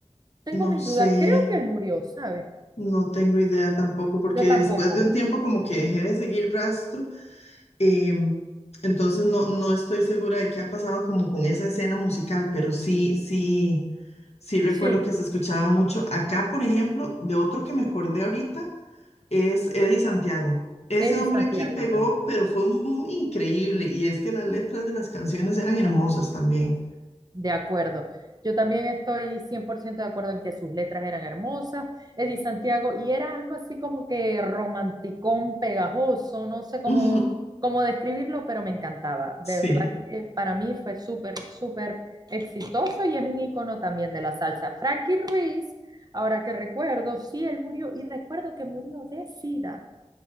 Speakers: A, on the right (about 35°); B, on the left (about 70°).
A: Tengo
B: No
A: mis
B: sé,
A: dudas. Creo que él murió, ¿sabes?
B: no tengo idea tampoco, porque
A: Yo
B: después
A: tampoco.
B: de un tiempo como que dejé de seguir rastro Em, entonces no, no estoy segura de qué ha pasado como con esa escena musical, pero sí, sí, sí recuerdo
A: Sí.
B: que se escuchaba mucho. Acá, por ejemplo, de otro que me acordé ahorita, es Eddie Santiago. Ese
A: Eddie
B: hombre
A: Santiago
B: aquí pegó,
A: también,
B: pero fue un boom increíble. Y es que las letras de las canciones eran hermosas también.
A: de acuerdo. Yo también estoy 100% de acuerdo en que sus letras eran hermosas. Eddie Santiago, y era algo así como que romanticón, pegajoso, no sé cómo,
B: Ujú,
A: cómo describirlo, pero me encantaba. De
B: <laughs>
A: verdad
B: Sí.
A: que para mí fue súper, súper exitoso y es un icono también de la salsa. Frankie Ruiz, ahora que recuerdo, sí, él murió y recuerdo que murió de SIDA.